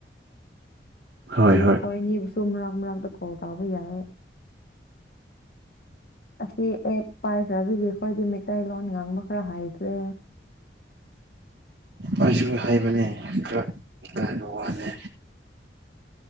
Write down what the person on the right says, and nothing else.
ꯍꯣꯏ
ꯍꯣꯏ
ꯑꯩꯁꯨ ꯍꯩꯕꯅꯦ ꯈꯔ ꯏꯀꯥꯏꯕ ꯋꯥꯅꯦ